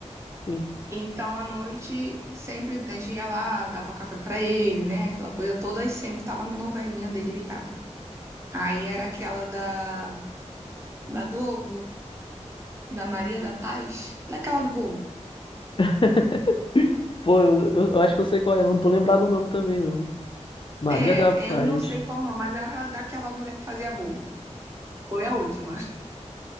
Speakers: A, on the left; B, on the right.
A: sim.
B: Então, à noite, sempre a gente ia lá, dava café pra ele, né, aquela coisa toda, e sempre tava na novelinha dele ligada. Aí era aquela da, da Globo, da Maria da Paz, daquela do bolo.
A: <laughs> Pô, eu, eu- eu acho que eu sei qual é. Eu não tô lembrado o nome também, não. Maria
B: É,
A: da Paz.
B: eu não sei qual não, mas era daquela mulher que fazia bolo. Foi a última.